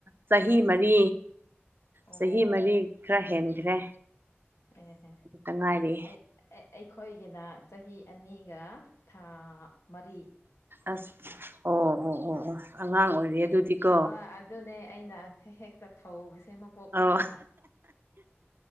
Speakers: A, on the right (about 50°); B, on the left (about 80°).
A: ꯆꯍꯤ ꯃꯔꯤ
B: ꯑꯣ
A: ꯆꯍꯤ ꯃꯔꯤ ꯈꯔ ꯍꯦꯟꯈ꯭ꯔꯦ
B: ꯑꯩꯅꯅꯦ
A: ꯑꯗꯨꯇ ꯉꯥꯏꯔꯤ
B: ꯑꯩ ꯑꯩꯈꯣꯏꯒꯤꯅ ꯆꯍꯤ ꯑꯅꯤꯒ ꯊꯥ ꯃꯔꯤ
A: ꯑꯁ ꯑꯣ ꯑꯣ ꯑꯣ ꯑꯣ ꯑꯉꯥꯡ ꯑꯣꯏꯔꯤ ꯑꯗꯨꯗꯤꯀꯣ
B: ꯑ ꯑꯗꯨꯅꯦ ꯑꯩꯅ ꯍꯦꯛꯇ ꯊꯧꯕꯁꯦ ꯄꯣꯛ ꯈꯣꯏꯗ
A: ꯑꯣ